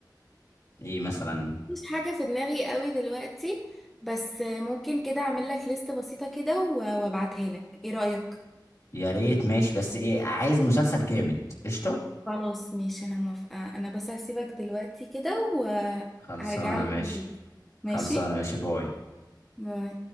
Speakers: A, on the left; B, in the centre.
A: ايه مثلا
B: مش حاجة في دماغي قوي دلوقتي بس آه، ممكن كده اعمل لك ليست بسيطة كده و- وابعتها لك ايه رأيك
A: يا ريت ماشي بس ايه عايز مسلسل جامد قشطه
B: خلاص ماشي انا موافقة انا بس هسيبك دلوقتي كده وهرجع
A: خلصانه
B: لك
A: ماشي
B: كده بالليل. ماشي
A: خلصانه ماشي باي
B: باي.